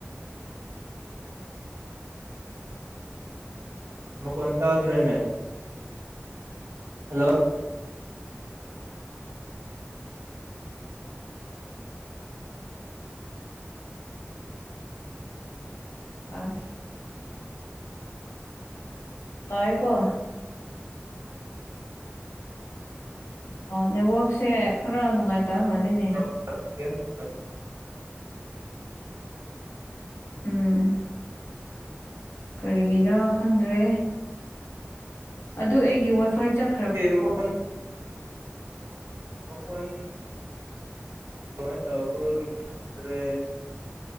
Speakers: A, on the right (about 80°); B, on the left (about 85°).
A: ꯃꯈꯣꯟ ꯇꯥꯗ꯭ꯔꯦꯅꯦ ꯍꯜꯂꯣ
B: ꯑ ꯇꯏꯀꯣ ꯅꯦꯠꯋꯛꯁꯦ ꯈꯔ ꯅꯨꯡꯉꯥꯏꯇꯃꯜꯂꯤꯅꯦ
A: ꯁ
B: ꯎꯝ ꯀꯔꯤꯒꯤꯗꯔ ꯈꯪꯗ꯭ꯔꯦ ꯑꯗꯨ ꯑꯩꯒꯤ ꯋꯥꯏꯐꯥꯏ ꯆꯠ
A: ꯃꯣ ꯃꯀꯣꯟꯟ ꯀꯃꯥꯏ ꯇꯕ꯭ꯔꯣ꯭ꯔꯦ